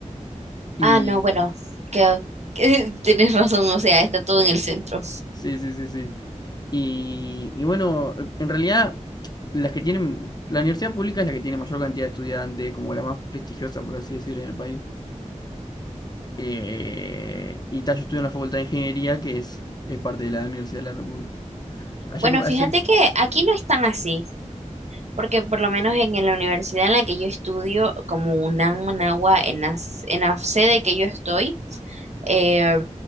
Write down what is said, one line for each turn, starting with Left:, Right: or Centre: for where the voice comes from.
Left: Y,
Right: Ah, no, bueno, que, <laughs> tienes razón, o sea, está todo en el centro.
Left: Sí, sí, sí, sí. Y, y bueno, en realidad, las que tienen, la universidad pública es la que tiene mayor cantidad de estudiantes, como la más prestigiosa, por así decir, en el país. Eh, y tal, yo estudio en la Facultad de Ingeniería, que es, es parte de la Universidad de la República. Allá,
Right: Bueno,
Left: como- allá,
Right: fíjate que aquí no están así, porque por lo menos en, en la universidad en la que yo estudio, como UNAM Managua, en la, s- en la sede que yo estoy, eh,